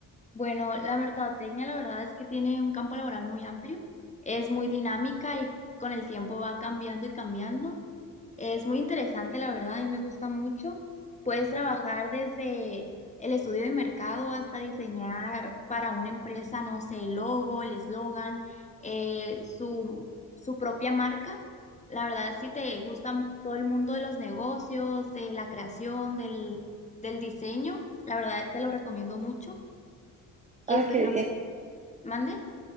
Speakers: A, on the left; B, on the right.
A: Bueno, la mercadotecnia la verdad es que tiene un campo laboral muy amplio, es muy dinámica y con el tiempo va cambiando y cambiando. Es muy interesante, la verdad, a mí me gusta mucho. Puedes trabajar desde el estudio de mercado hasta diseñar para una empresa, no sé, el logo, el eslogan, eh, su, su propia marca. La verdad, si te gusta mu- todo el mundo de los negocios, de la creación, del, del diseño, la verdad te lo recomiendo mucho. Este
B: Ah, qué
A: también,
B: bien.
A: mande.